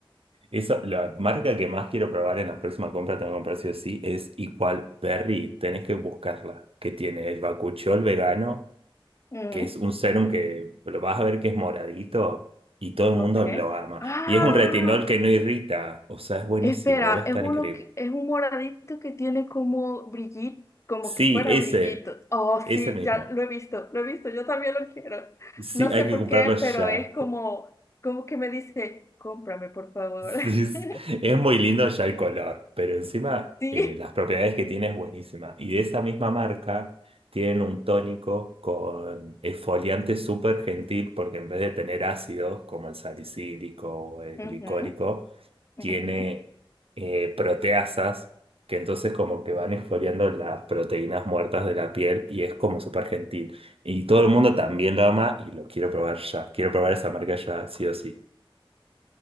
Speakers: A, on the right; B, on the left.
A: Eso, la marca que más quiero probar en la próxima compra, tengo que comprar sí o sí, es Equal Berry. Tenés que buscarla. Que tiene el bakuchiol vegano
B: Mm,
A: que es un serum que lo vas a ver que es moradito y todo el
B: ok.
A: mundo lo ama.
B: Ah,
A: Y es un retinol que no irrita, o sea, es buenísimo,
B: espera,
A: debe estar
B: es uno
A: increíble.
B: que, es un moradito que tiene como brillito, como
A: Sí,
B: que fuera
A: ese,
B: brillito. Oh,
A: ese
B: sí,
A: mismo.
B: ya lo he visto, lo he visto, yo también lo quiero.
A: Sí,
B: No
A: hay
B: sé
A: que
B: por
A: comprarlo
B: qué,
A: ya.
B: pero es como, como que me dice, cómprame, por favor.
A: Sí, es
B: <laughs>
A: es muy lindo ya el color, pero encima
B: Sí.
A: eh, las propiedades que tiene es buenísima. Y de esa misma marca tienen un tónico con exfoliante súper gentil porque en vez de tener ácidos como el salicílico o el glicólico,
B: Ujú.
A: tiene
B: Ujú.
A: eh, proteasas, que entonces como que van exfoliando las proteínas muertas de la piel y es como súper gentil. Y todo el mundo también lo ama y lo quiero probar ya. Quiero probar esa marca ya, sí o sí. <laughs>